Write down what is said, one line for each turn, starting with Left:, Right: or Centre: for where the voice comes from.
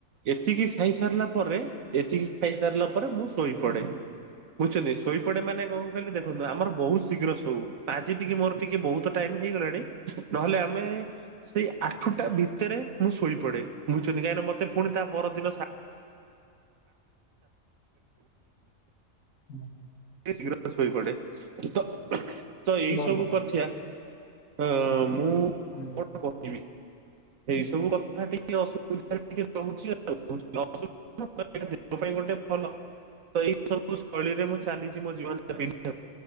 Right: ଏତିକି ଖାଇସାରିଲା ପରେ ଏତିକି ଖାଇସାରିଲା ରେ ମୁଁ ଶୋଇପଡେ ବୁଝଛନ୍ତି ଶୋଇପଡେ ମାନେ କ ଦେଖନ୍ତୁ ଆମର ବହୁତ ଶୀଘ୍ର ଶୋଉ ଆଜି ଟିକେ ମୋର ଟିକେ ବହୁତ ଟାଇମ ହେଇଗଲାଣି ନହେଲେ ଆମେ ସେଇ ଆଠଟା ଭିତରେ ମୁଁ ଶୋଇପଡେ ବୁଝୁଛନ୍ତି କାହିଁକିନା ମତେ ପୁଣି ତା ପରଦିନ <inaudible>
Left: ହଁ।
Right: ଶୀଘ୍ର ଶୋଇପଡେ ଇତ ତ ଏଇ
Left: ଭଲ।
Right: ସବୁ କଥିୟା ହ ମୁଁ
Left: ହୁଁ
Right: କଣ କହିବି? ଏଇ ସବୁ କଥା ଟିକେ ଅସୁବିଧାରେ ଟିକେ ରହୁଛି ଆଉ ଅଶୁ ହଁ ତ ଏଇଟା ଦେହ ପାଇଁ ଗୋଟେ ଭଲ। ତ ଏଇ ସବୁ ଶୈଳୀରେ ମୁଁ ଚାଲିଛି ମୋ ଜୀବନଜାପିନ।